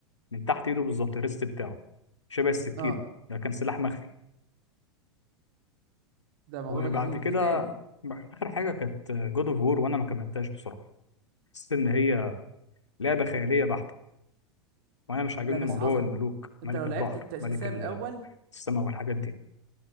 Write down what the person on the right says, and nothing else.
اه
ده الموضوع
ده جميل
ايه تاني
لا بس
عظمه
انت لو لعبت
السلسله
من الاول